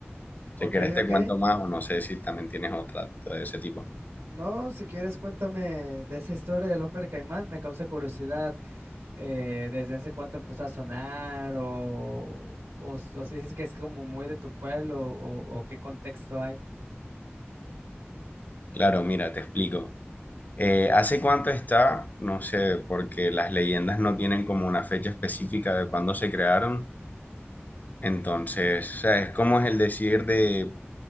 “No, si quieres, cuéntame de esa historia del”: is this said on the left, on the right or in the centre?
Right